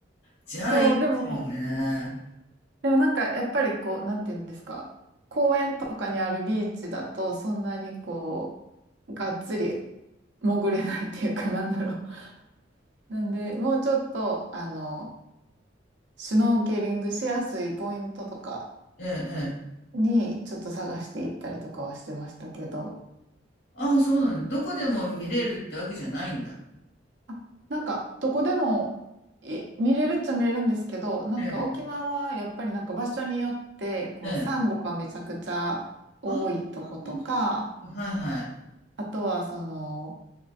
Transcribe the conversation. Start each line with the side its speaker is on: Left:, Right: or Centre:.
Left: じゃあ、
Right: そう、
Left: いいですよね。
Right: でも、でもなんか、やっぱりこう、なんていうんですか、公園とかにあるビーチだと、そんなにこう、がっつり潜れないっていうかなんだろう。なんで、もうちょっと、あの、シュノーケリングしやすいポイントとか
Left: ええ、ええ。
Right: に、ちょっと探していったりとかはしてましたけど、
Left: ああ、そうなんだ。どこでも見れるってわけじゃないんだ。
Right: あなんか、どこでもい見れるっちゃ見れるんですけど、なんか沖縄はやっぱりなんか場所によって、
Left: ええ、
Right: こう、
Left: ええ。
Right: サンゴがめちゃくちゃ多いとことか、
Left: ああ、そうそうそうはいはい。
Right: あとはその、